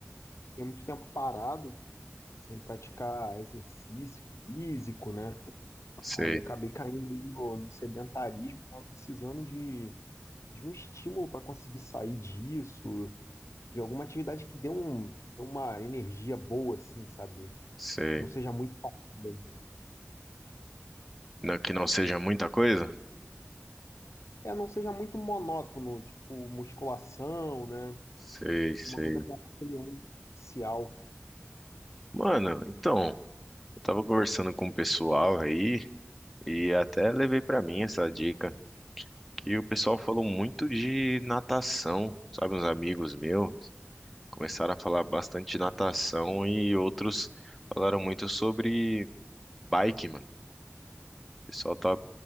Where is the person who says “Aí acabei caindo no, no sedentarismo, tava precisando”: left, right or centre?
Left